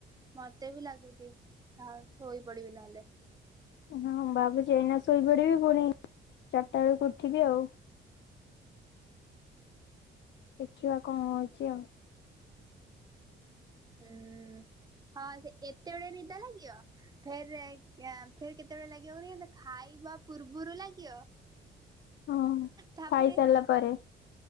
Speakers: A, on the right (about 20°); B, on the left (about 65°).
A: ମତେ ବି ଲାଗୁଛି, ଆଉ ଶୋଇପଡିବି ନହେଲେ।
B: ହଁ ଭାବୁଚି ଏଇନା ଶୋଇପଡିବି, ପୁଣି ଚାରିଟା ବେଳକୁ ଉଠିବି ଆଉ। ଦେଖିବା କଣ ହଉଚି ଆଉ।
A: ହୁଁ ହଁ ସେ ଏତେବେଳେ ନିଦ ଲାଗିବ। ଫେର ଆଁ ଫେର କେତେବେଳେ ଲାଗିବ କୁହନି ଖାଇବା ପୂର୍ବରୁ ଲାଗିବ।
B: ହଁ।
A: ତାପରେ
B: ଖାଇସାରିଲା ପରେ